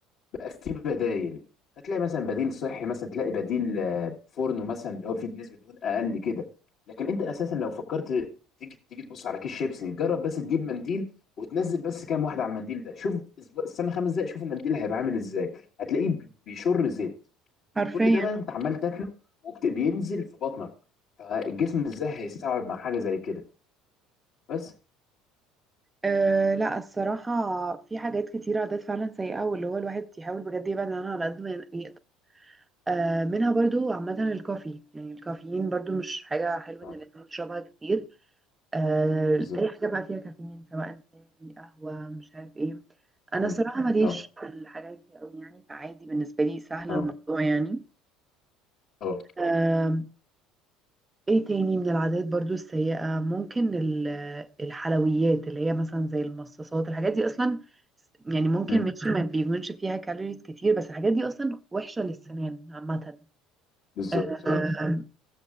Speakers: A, on the left; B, on the right.
A: بقى فيه بدايل هتلاقي مثلا بديل صحي مثلا تلاقي بديل آه، فورنو مثلا اللي هو فيه نسبه دهون اقل كده لكن انت اساسا لو فكرت تيجي تيجي تبص على كيس شيبسي جرب بس تجيب منديل وتنزل بس كام واحده على المنديل ده شوف أسبوع- استنى خمس دقايق شوف المنديل هيبقى عامل ازاي هتلاقيه بيشر زيت
B: حرفيا
A: كل ده بقى انت عمال تاكله وبينزل في بطنك فالجسم ازاي هيستوعب مع حاجه زي كده بس
B: أه لا الصراحة في حاجات كتيرة عادات فعلا سيئة واللي هو الواحد يحاول بجد يبعد عنها على قد ما يقدر أه منها برضو عامة الكافي يعني الكافيين برضو مش حاجة حلوة
A: اه
B: إن الإنسان يشربها كتير آه،
A: بالظبط
B: اي حاجه بقى فيها كافيين سواء شاي قهوه مش عارف ايه انا
A: مم.
B: صراحه ماليش
A: اه
B: في الحاجات دي قوي يعني فعادي بالنسبه لي سهل
A: اه
B: الموضوع يعني
A: اه
B: آم، ايه تاني من العادات برضو السيئة ممكن ال- الحلويات اللي هي مثلا زي المصاصات الحاجات دي اصلا يعني ممكن
A: مم.
B: ماشي ما بيكونش فيها كالوريز كتير بس الحاجات دي اصلا وحشة للسنان عامة
A: بالظبط
B: آم،
A: ايوه